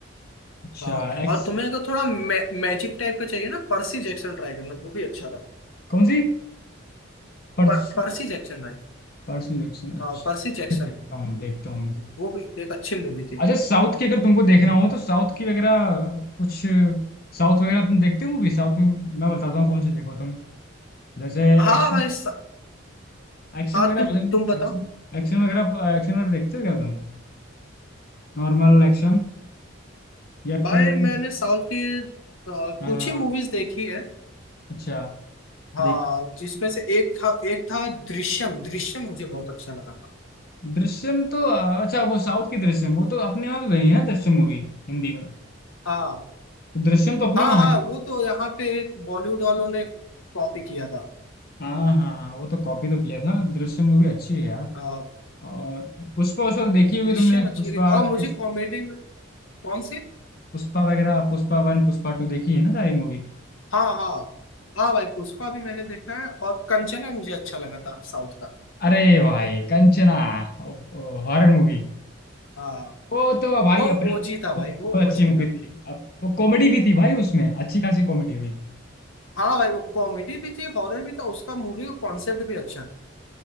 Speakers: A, on the left; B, on the left.
A: अच्छा
B: हाँ
A: एक्स
B: और तुम्हें अगर थोड़ा मै, मैजिक टाइप का चाहिए ना पर्सी जैक्सन ट्राई करना वो भी अच्छा था
A: कौन सी परसू
B: पर, पर्सी जैक्सन भाई
A: परसू जैक्सन अच्छा
B: हाँ पर्सी जैक्सन
A: देखता हूँ देखता हूँ मैं
B: वो भी एक अच्छी मूवी थी
A: अच्छा साउथ की अगर तुमको देखना
B: हम्म।
A: हो तो साउथ की वगैरह कुछ साउथ वगैरह तुम देखते हो मूवी साउथ में मैं बताता हूँ कौन सी देखो तुम जैसे
B: हाँ
A: एक्शन
B: भाई स-
A: एक्शन
B: हाँ
A: वगैरह
B: तुम
A: पसंद
B: तुम बताओ
A: एक्शन एक्शन वगैरह एक्शन वगैरह देखते हो क्या तुम नॉर्मल एक्शन या
B: भाई
A: फिर
B: मैंने साउथ की अ,
A: हाँ
B: कुछ ही मूवीज देखी है
A: अच्छा
B: हाँ
A: देख
B: जिसमें से एक था एक था दृश्यम दृश्यम मुझे बहुत अच्छा लगा था
A: दृश्यम तो अ, अच्छा वो साउथ की दृश्यम वो तो अपने वहाँ भी वही है दृश्यम मूवी हिंदी में
B: हाँ
A: तो दृश्यम तो अपने
B: हाँ
A: वहाँ
B: हाँ
A: की।
B: वो तो यहाँ पे बॉलीवुड वालों ने कॉपी किया था
A: हाँ हाँ हाँ, वो तो कॉपी तो किया था दृश्यम मूवी अच्छी है यार
B: हाँ
A: और पुष्पा उस वक्त देखी होगी
B: दृश्यम
A: तुमने
B: अच्छी
A: पुष्पा
B: लगी और मुझे
A: पुष्प-
B: कॉमेडी में कौन सी
A: पुष्पा वगैरह पुष्पा वन पुष्पा टू देखी है ना सारी मूवी
B: हाँ हाँ हाँ भाई पुष्पा भी मैंने देखा है और कंचना मुझे अच्छा लगा था साउथ का
A: अरे भाई कंचना हॉरर मूवी
B: हाँ
A: वो तो भाई
B: वो
A: अपने
B: ओजी था भाई
A: बहुत
B: वो
A: अच्छी
B: ओजी
A: मूवी
B: था
A: थी अब वो कॉमेडी भी थी भाई उसमें अच्छी खासी कॉमेडी भी
B: हाँ भाई वो कॉमेडी भी थी हॉरर भी था उसका मूवी का कॉन्सेप्ट भी अच्छा था